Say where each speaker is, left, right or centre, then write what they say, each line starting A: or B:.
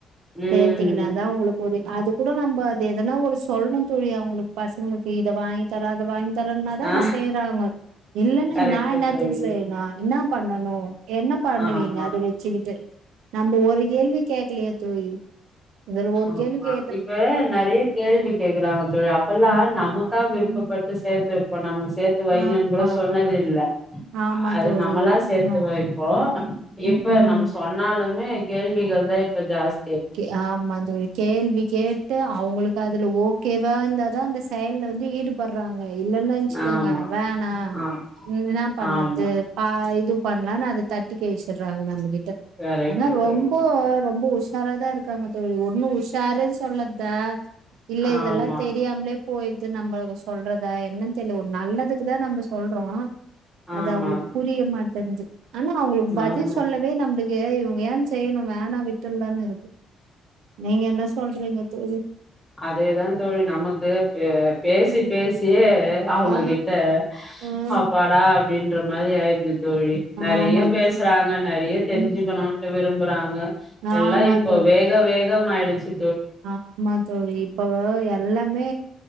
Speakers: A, in the centre; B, on the right (about 80°).
A: ம்
B: சேத்தீங்கன்னாதா உங்குளுக் ஒரே அது கூட நம்ப அது எதுனா ஒரு சொல்னு தோழி அவுங்ளுக் பசங்ளுக்கு இத வாங்கி தராத வாங் தரன்னாதா
A: ஆ
B: அது செய்யறாங்கொ இல்லன்னு
A: கரெக்ட்டு
B: நா என்னாத்துக்கு
A: தோழி
B: செய்னு என்னா பண்ணணு என்ன பண்ணுவீங்க
A: ஆமா
B: அத வெச்சிகிட்டு நம்ப ஒரு கேள்வி கேக்கலயே தோழி இதுல ஒரு
A: ஆமா
B: கேள்வி கே
A: இப்ப நெறைய கேள்வி கேக்குறாங்க தோழி அப்பெல்லா
B: ம்
A: நமக்கா விருப்பபட்டு
B: ம்
A: சேத்து வெப்போ நாம் நம்ம சேத்து வைங்கன்
B: ஆமா
A: கூட சொன்னதில்ல
B: ஆமா
A: அது
B: தோழி
A: நம்மளா சேத்து
B: ம்
A: வைப்போ இப்ப
B: ம் ம்
A: நம்ம சொன்னாலுமே கேள்விகள் தா இப்ப ஜாஸ்
B: கே ஆமா தோழி கேள்வி கேட்டு அவுங்களுக்கு அதுல ஓகேவா இருந்தாதா அந்த செயல்ல வந்து ஈடு பற்றாங் அ இல்லன் நென்சிக்கோங்க
A: ஆமா
B: வேனா
A: ஆ
B: என்னா பண்ணது
A: ஆமா
B: பா இது பண்ணலான்னு அத தட்டி கழிச்சிட்றாங்க நம்ம கிட்ட
A: கரெக்ட்டு
B: ஆனா
A: தோழி
B: ரொம்ப ரொம்ப ஒஸ் உஷாராதா இருக்காங்க தோழி ஒன்னு உஷாரு சொல்லத்த இல்ல
A: ஆமா
B: இதெல்லா தெரியாம்லே போய்து நம்ப சொல்றத என்னன் தெர்ல ஒரு நல்லதுக்குதா நம்ப சொல்றோ அது
A: ஆமா
B: அவுங்களுக் புரிய மாட்டங்குது ஆனா அவுங்களுக் பதில்
A: ஆமா
B: சொல்லவே நம்முளுக்கு இவுங்க ஏன் செய்ணு வேனா விட்ர்லானுருக்கு நீங்க என்ன சொல்றீங்க தோழி
A: அதே தா தோழி நமக்கு பே பேசி பேசியே அவுங்க
B: ஆ
A: கிட்ட
B: ம்
A: அப்பாடா அப்டின் ற மாரி ஆய்ருது தோழி நெறைய
B: ஆமா தோழி
A: பேசுறாங்க நெறைய தெரிஞ்சிக்கனூட்டு
B: ம்
A: விரும்புறாங்க
B: ஆமா
A: எல்லா இப்போ
B: தோழி
A: வேக மாயிடிச்சி
B: ஆமா தோழி இப்ப வே எல்லா மே